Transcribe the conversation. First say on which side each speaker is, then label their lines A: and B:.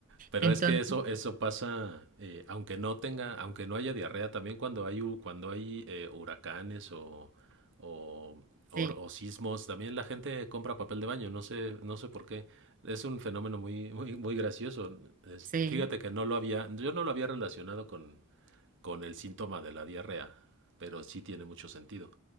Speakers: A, on the right; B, on the right.
A: Pero
B: Entonces,
A: es que eso, eso pasa, eh, aunque no tenga, aunque no haya diarrea, también cuando hay, hu- cuando hay eh, huracanes o, o, o-
B: sí,
A: o sismos, también la gente compra papel de baño, no sé, no sé por qué. Es un fenómeno muy, muy, muy gracioso. Este,
B: sí,
A: fíjate que no lo había, yo no lo había relacionado con, con el síntoma de la diarrea, pero sí tiene mucho sentido.